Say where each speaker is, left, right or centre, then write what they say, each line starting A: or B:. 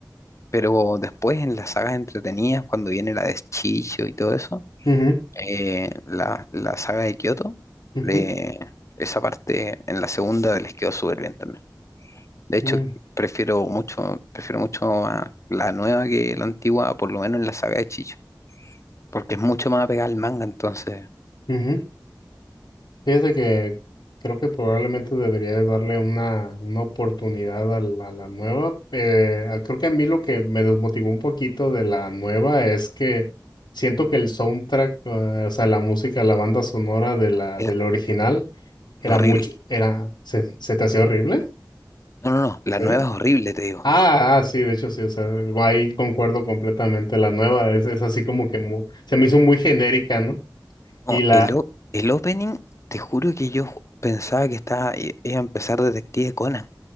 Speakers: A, on the left; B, on the left.
A: Pero después, en las sagas entretenidas, cuando viene la de Chicho y todo eso,
B: ujú,
A: eh, la, la saga de Kyoto,
B: ujú,
A: le- esa parte en la segunda les quedó súper bien también. De hecho,
B: ujú,
A: prefiero mucho, prefiero mucho a la nueva que la antigua, por lo menos en la saga de Chicho, porque es mucho más apegada al manga, entonces.
B: ujú. Fíjate que creo que probablemente debería de darle una, una oportunidad a la, a la nueva. Eh, a- creo que a mí lo que me desmotivó un poquito de la nueva es que siento que el soundtrack, eh, o sea, la música, la banda sonora de la,
A: eh,
B: del original era
A: Es horrible.
B: mucho, era, se, se te hacía horrible, ¿en
A: No, no, no. La
B: serio?
A: nueva es horrible, te digo.
B: Ah, ah, sí, de hecho sí, o sea, ahí concuerdo completamente. La nueva es, es así como que mu- se me hizo muy genérica, ¿no?
A: No,
B: Y la...
A: el, o- el opening, te juro que yo ju- pensaba que estaba, i- iba a empezar Detective Conan.